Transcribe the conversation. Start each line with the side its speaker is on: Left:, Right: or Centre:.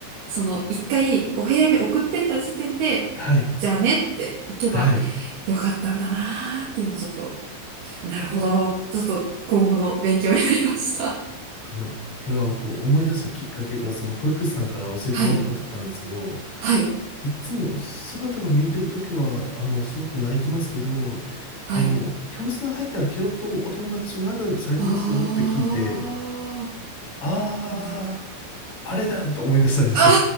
Right: その一回お部屋に送ってった時点で、
Left: はい、
Right: じゃあねって行けば
Left: はい。
Right: よかったんだなーって今ちょっと、なるほど。ちょっと今後の勉強になりました。
Left: あの、これはこう思い出したきっかけが、その保育士さんから教えてもらったことだったんですけど、
Right: はい。はい。
Left: いつも姿が見えてるときは、あの、すごく泣いてますけど、
Right: はい。
Left: あの、教室に入ったらケロッとお友達と仲良くされてますよって聞いて、
Right: ああ、
Left: あー、
Right: なるほど。
Left: あれだと思い出したんですよ。
Right: あは